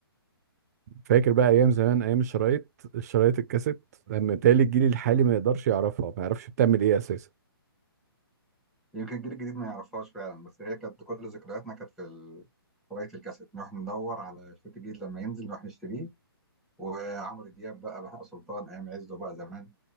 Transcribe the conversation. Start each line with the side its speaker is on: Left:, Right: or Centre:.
Right: فاكر بقى ايام زمان ايام الشرايط الشرايط الكاسيت لما تالي الجيل الحالي ما يقدرش يعرفها ما يعرفش بتعمل ايه اساسا
Centre: يمكن الجيل الجديد ما يعرفهاش فعلا بس هي كانت كل ذكرياتنا كانت في ال- هوايه الكاسيت نروح ندور على صوت جديد لما ينزل نروح نشتريه وعمرو دياب بقى بهاء سلطان ايام عزه بقى زمان